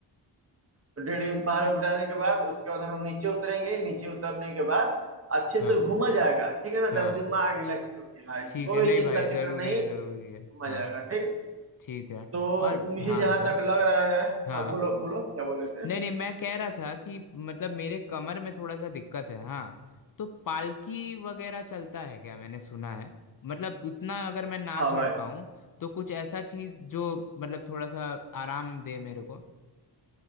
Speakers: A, on the right; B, on the left.
A: तो डेढ़ रिंग पहाड़ बिठाने के बाद उसके बाद हम लोग नीचे उतरेंगे नीचे उतरने के बाद अच्छे
B: हाँ
A: से घूमा जाएगा ठीक है ना एकदम
B: हाँ
A: दिमाग रिलैक्स करके भाई
B: ठीक
A: कोई
B: है नहीं
A: चिंता
B: भाई जरूरी
A: फिक्र नहीं
B: है जरूरी है
A: घूमा
B: हाँ
A: जाएगा ठीक
B: ठीक है
A: तो
B: और
A: मुझे
B: हाँ
A: जहां
B: बता
A: तक लग रहा है
B: हाँ
A: हाँ बोलो बोलो क्या बोले थे
B: नहीं नहीं मैं कह रहा था कि मतलब मेरे कमर में थोड़ा सा दिक्कत है हाँ तो पालकी वगैरह चलता है क्या मैंने सुना है मतलब उतना अगर मैं ना
A: हाँ
B: चढ़
A: भाई
B: पाऊँ तो कुछ ऐसा चीज जो मतलब थोड़ा सा आराम दे मेरे को